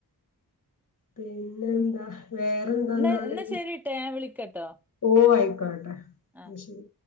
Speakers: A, on the left; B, in the centre.
A: പിന്നെ എന്താ വേറെന്താെന്നാല്
B: എന്നാ എന്നാ ശരിട്ടോ ഞാൻ വിളിക്കട്ടോ?
A: ഓ ആയി ആട്ടെ
B: ആ.
A: ശരി